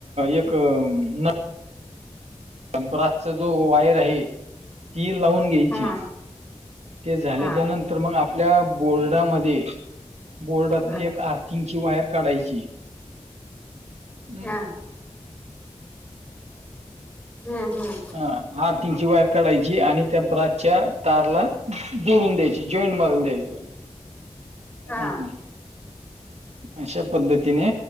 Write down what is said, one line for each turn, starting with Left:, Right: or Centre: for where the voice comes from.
Right: एक न ब्राचा जो वायर आहे. ती लावून घ्यायची.
Centre: हा
Right: ते झाल्याच्या
Centre: हा
Right: नंतर. मग आपल्या बोर्डामध्ये. बोर्डात
Centre: हा
Right: एक आर्थ थिंगची वायर काढायची. हम्म
Centre: हा. हम्म हम्म
Right: हा आर्थिंगची वायर काढायची. आणि त्या ब्राचच्या तारला जोडून द्यायची जॉईंट मारून द्यायच.
Centre: हा
Right: हम्म. अशा पद्धतीने.